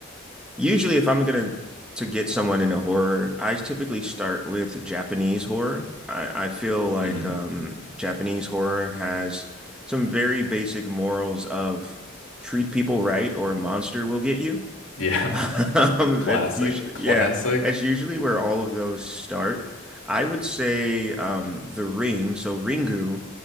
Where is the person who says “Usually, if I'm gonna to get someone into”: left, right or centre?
Centre